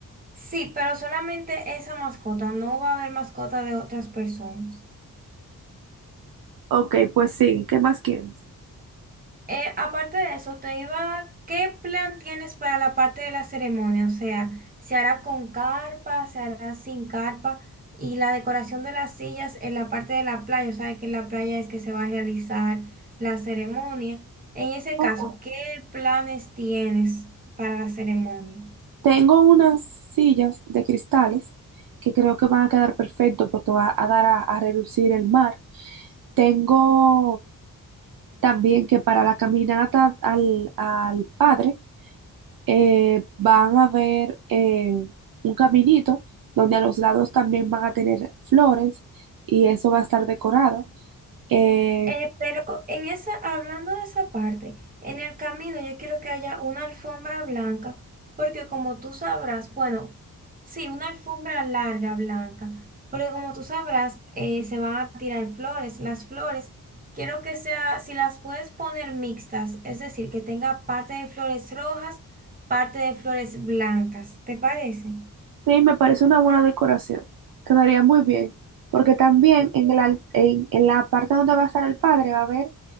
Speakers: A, on the right; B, on the right.
A: Sí, pero solamente esa mascota, no va a haber mascota de otras personas.
B: Ok, pues sí, ¿qué más quieres?
A: Eh, aparte de eso, te iba, ¿qué plan tienes para la parte de la ceremonia? O sea, ¿se hará con carpa, se hará sin carpa? Y la decoración de las sillas en la parte de la playa, o sea, que en la playa es que se va a realizar la ceremonia. En ese
B: Ok.
A: caso, ¿qué planes tienes para la ceremonia?
B: Tengo unas sillas de cristales que creo que van a quedar perfecto porque va a dar a, a relucir el mar. Tengo también que para la caminata al, al padre eh, van a ver eh, un caminito donde a los lados también van a tener flores y eso va a estar decorado. Eh,
A: Eh, pero en esa, hablando de esa parte, en el camino yo quiero que haya una alfombra blanca, porque como tú sabrás, bueno, sí, una alfombra larga blanca, porque como tú sabrás, eh, se van a tirar flores. Las flores, quiero que sea, si las puedes poner mixtas, es decir, que tenga parte de flores rojas, parte de flores blancas, ¿te parece?
B: sí, me parece una buena decoración. Quedaría muy bien, porque también
A: Ujú.
B: en el al- en, en la parte donde va a estar el padre va a haber